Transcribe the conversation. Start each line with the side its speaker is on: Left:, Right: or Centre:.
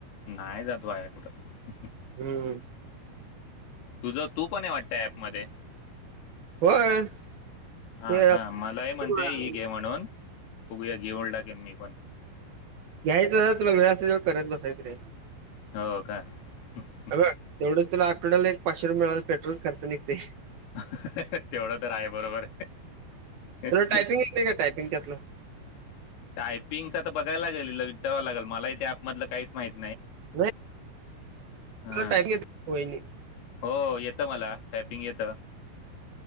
Left: नाही जातो वाया कुठं
Right: हं.
Left: तुझं तू पण हे वाटतं ऍप मध्ये
Right: होय
Left: हा
Right: हे
Left: का मलाही म्हणते
Right: हं,
Left: ही घे म्हणून उघया घेऊळ टाकेन मी पण
Right: यायचं तुला वेळ असतय तवा करत बसायच रे
Left: हो का ह ह
Right: बघ तेवढंच तुला आटवड्याला एक पाचशे रुपय मिळालं पेट्रोलच खर्च निघतय
Left: हहहह तेवढं तर आहे बरोबर ह
Right: तुला टायपिंग येते का टायपिंग त्यातलं
Left: टायपिंगच त बघायला लागल हिला विचाराव लागेल मलाही ते त्याप मधलं काहीच माहिती
Right: नाही टम
Left: हां
Right: घ
Left: हो येतं मला टायपिंग येतं